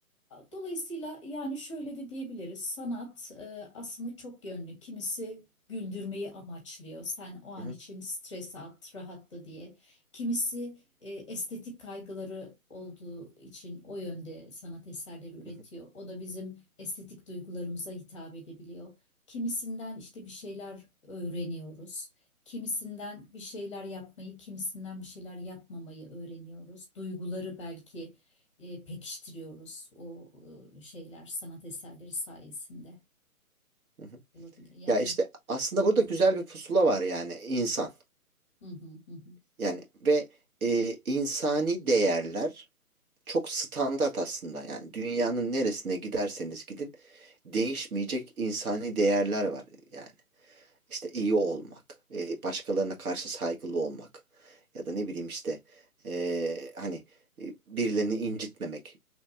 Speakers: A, on the left; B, on the right.
A: Dolayısıyla yani şöyle de diyebiliriz. Sanat e, aslında çok yönlü. Kimisi güldürmeyi amaçlıyor. Sen o an
B: Hı hı,
A: için stres at, rahatla diye. Kimisi e, estetik kaygıları olduğu için o yönde sanat eserleri üretiyor.
B: hı hı,
A: O da bizim estetik duygularımıza hitap edebiliyor. Kimisinden işte bir şeyler öğreniyoruz. Kimisinden bir şeyler yapmayı, kimisinden bir şeyler yapmamayı öğreniyoruz. Duyguları belki e, pekiştiriyoruz o e, şeyler sanat eserleri sayesinde
B: hı hı.
A: olabilir yani.
B: Ya işte aslında burada güzel bir pusula var yani insan.
A: Hı hı hı.
B: Yani ve e, insani değerler çok standart aslında. Yani dünyanın neresine giderseniz gidin değişmeyecek insani değerler var. Yani İşte iyi olmak, e, başkalarına karşı saygılı olmak ya da ne bileyim işte e, hani e, birilerini incitmemek,